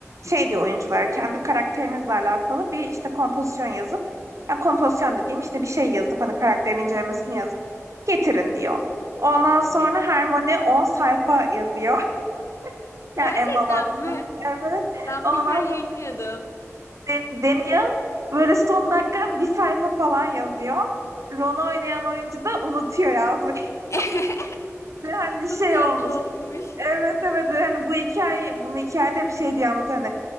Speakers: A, on the right; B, on the left.
A: şey diyor oyunculara kendi karakterinizle alakalı bir işte kompozisyon yazıp ya kompozisyon dediğim işte bir şey yazıp hani karakterin incelemesini yazıp getirin diyor. Ondan
B: Çok
A: sonra
B: iyi.
A: Hermione 10 sayfa yazıyor. <laughs> Yani
B: Gerçekten
A: Emma Watson.
B: mi?
A: Evet.
B: Ben
A: Ondan
B: bu hikayeyi
A: sonra
B: bilmiyordum.
A: Dan- Daniel böyle son dakika bir sayfa falan yazıyor. Ron'u oynayan oyuncu da unutuyor yazmayı. <laughs>
B: <laughs>
A: Yani
B: Çok
A: şey
B: tatlı
A: olmuş.
B: olmuş.
A: Evet evet hani bu hikaye bunu hikayede hep şey diye anlat hani